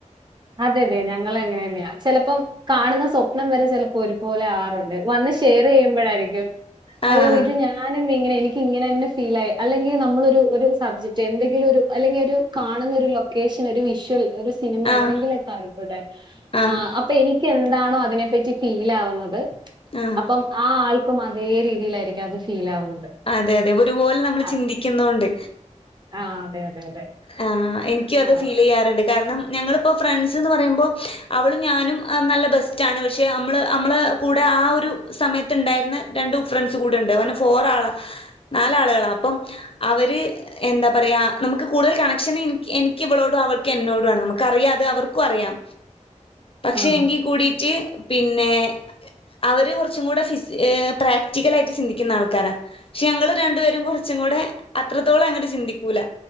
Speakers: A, on the right; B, on the left.
A: അതെ അതെ ഞങ്ങൾ അങ്ങനെന്നായാ ചെലപ്പം കാണുന്ന സ്വപ്നം വരെ ചെല ഒരുപലെ ആറുണ്ട് വന്ന് ഷെയർ ചെയുമ്പോഴായിരിക്കും
B: ആഹ്
A: അയ്യോ ഇത് ഞാനും ന്ന് ഇങ്ങനെ എനിക്ക് ഇങ്ങനെയെന്നെ ഫിലായി അല്ലെങ്കിൽ നമ്മള് ഒരു ഒര് സബ്ജക്ട് എന്തെങ്കിലും ഒരു അല്ലെങ്കിൽ ഒരു കാണുന്ന ഒരു ലൊക്കേഷൻ ഒരു വിഷ്വൽ ഒരു സിനിമ
B: ആഹ്
A: എന്തെങ്കിലുമൊക്കെ ആയിക്കോട്ടെ
B: ആഹ്
A: അപ്പൊ എനിക്ക് എനിക്കി എന്താണോ അതിനെ പറ്റി ഫീലവുന്നത്
B: ആഹ്
A: അപ്പം ആ ആൾ അതേ രീതിയിലായിരിക അത് ഫീൽ ആവുന്നത്
B: അതെ അതെ ഒരുപോലെ നമ്മൾ
A: ആ
B: ചിന്തിക്കുന്നോണ്ട്
A: ആ അതെ അതെ അതെ
B: ആ എനിക്കും അത്
A: ആ ആ
B: ഫീൽ ചെയ്യാറുണ്ട് കാരണം ഞങ്ങളിപ്പോ ഫ്രണ്ട്സ്ന്ന് പറയുമ്പോ അവളും ഞാനും നല്ല ബെസ്റ്റാണ് പക്ഷേ അമ്മൾ അമ്മളെ കൂടെ ആ ഒരു സമയത്ത് ഇണ്ടായിര്ന്ന രണ്ടു ഫ്രണ്ട്സ് കൂടെ ഇണ്ട് അങ്ങനെ ഫോർ ആളാ നാല് ആൾകളാ അപ്പം അവര് എന്താ പറയാ നമുക്ക് കൂട്തൽ കണക്ഷൻ ഇൻക്ക് എനിക്ക് ഇവളോടും ഇവൾക് എന്നോടും ആണ് നമുക്ക് അറിയാം അത് അവർക്കും അറിയാം പക്ഷെ
A: ആ ആ
B: എങ്കിൽ കൂടിട്ട് പിന്നെ അവര് കൊറച്ചും കൂടെ ഫിസ് ഏ പ്രാക്ടിക്കലായിട്ട് ചിന്തിക്ക്ന്ന ആൾക്കാരാ പക്ഷെ ഞങ്ങൾ രണ്ടുപേരും കൊർ കൊച്ച കൂടെ അത്രത്തോളം അങ്ങനെ ചിന്തിക്കൂല